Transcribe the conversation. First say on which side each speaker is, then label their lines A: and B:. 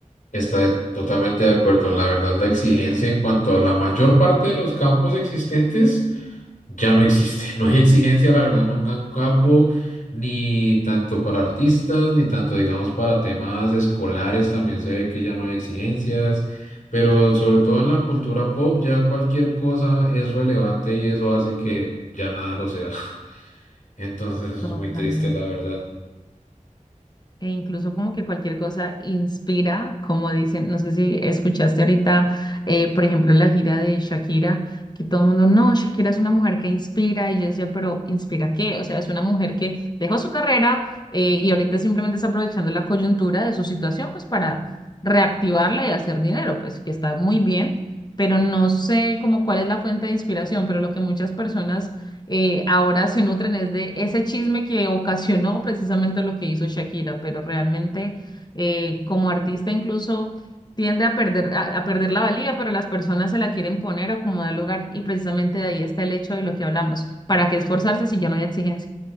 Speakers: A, on the left; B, on the left.
A: Está totalmente de acuerdo. La verdad, la exigencia en cuanto a la mayor parte de los campos existentes ya no existe. <laughs> No hay exigencia, la verdad, en un gran campo, ni tanto para artistas, ni tanto, digamos, para temas escolares. También se ve que ya no hay exigencias. Pero sobre todo en la cultura pop, ya cualquier cosa es relevante y eso hace que ya nada lo sea. <laughs> Entonces eso
B: Totalmente.
A: es muy triste, la verdad.
B: E incluso como que cualquier cosa inspira, como dicen, no sé si escuchaste ahorita, eh, por ejemplo, la gira de Shakira, que todo el mundo, no, Shakira es una mujer que inspira, y yo decía, pero ¿inspira qué? O sea, es una mujer que dejó su carrera eh, y ahorita simplemente está aprovechando la coyuntura de su situación, pues para reactivarla y hacer dinero, pues que está muy bien, pero no sé como cuál es la fuente de inspiración, pero lo que muchas personas eh, ahora se nutren es de ese chisme que ocasionó precisamente lo que hizo Shakira, pero realmente eh, como artista incluso tiende a perder, a, a perder la valía, pero las personas se la quieren poner a como da lugar y precisamente de ahí está el hecho de lo que hablamos. ¿Para qué esforzarse si ya no hay exigencia?